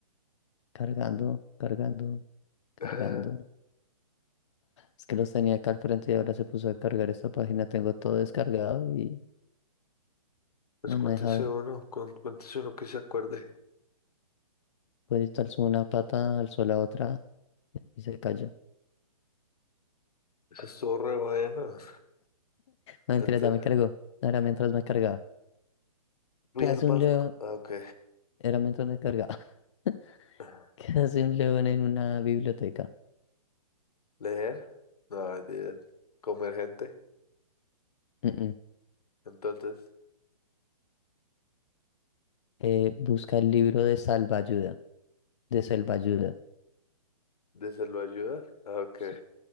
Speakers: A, on the left (about 50°); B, on the left (about 80°).
A: Cargando, cargando, cargando.
B: <laughs>
A: Es que los tenía acá al frente y ahora se puso a cargar esta página. Tengo todo descargado y
B: Pues
A: no
B: cuéntese
A: me deja ver.
B: uno, con- cuéntese uno que se acuerde.
A: Pues alzó una pata, alzó la otra y se cayó.
B: Eso estuvo re bueno.
A: No, mentira,
B: Ent-
A: ya me cargó. Era mientras me cargaba.
B: Fui
A: ¿Qué hace
B: al banco.
A: un león?
B: Ah, ok.
A: Era mientras me cargaba. <laughs>
B: Ah,
A: ¿Qué hace un león en una biblioteca?
B: Leer. No, mentira. Comer gente.
A: Mm, mm.
B: Entonces,
A: Eh, busca el libro de salvaayuda, de selvaayuda.
B: ¿desde lo ayuda? Ah, ok.
A: Sí,